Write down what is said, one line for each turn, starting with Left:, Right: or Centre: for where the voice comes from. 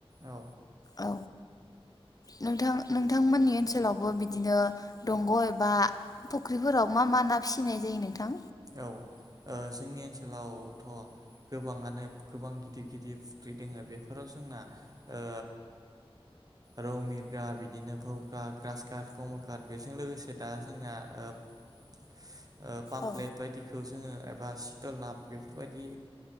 Right: औ।
Left: औ नोंथां नोंथांमोननि ओनसोलावबो बिदिनो दंग' एबा फुख्रिफोराव मा मा ना फिसिनाय जायो नोंथां?
Right: औ जोंनि ओनसोलावथ' गोबाङानो गोबां गिदिर गिदिर फुख्रि दङो बेफोराव जोंना ओ रौ, मिरग्रा बिदिनो भौगा, ग्रास काट, कमलकाट बेजों लोगोसे दा जोंना ओ पाम
Left: औ
Right: प्लेड बायदिखौ जोङो एबा सितल ना बेफोरबायदि